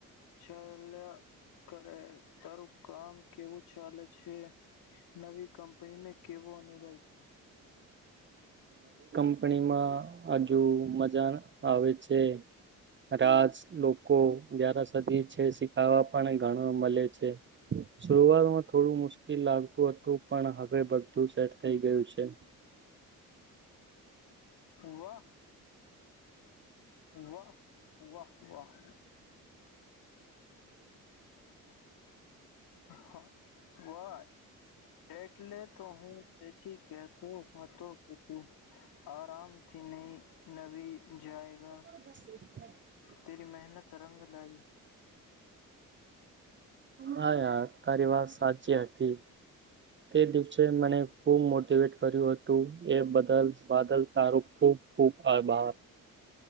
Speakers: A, on the left; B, on the right.
A: ચાલ્યા કરે. તારું કામ કેવું ચાલે છે? નવી કંપનીમાં કેવો અનુભવ છે?
B: કપણીમાં હજુ મજા આવે છે. રાજ લોકો જ્યારા સધી છે. શીખાવા પણ ઘણાં મલે છે. શુરૂઆતમાં થોડું મુશ્કેલ લાગતું હતું પણ હવે બધું સેટ થઈ ગયું છે.
A: વાહ! વાહ! વાહ! વાહ! હહ હ વાહ! એટલે તો હું પછી કેતો હતો. કે તું આરામથી નહી નવી જાય <inaudible>
B: <inaudible>
A: તેરી મહેનત રંગ લાવી.
B: હા યાર તારી વાત સાચી હતી. તે દિવસે મને ખુબ મોટીવેટ કર્યું હતું. એ બદલ બાદલ. તારું ખૂબ ખૂબ આભાર.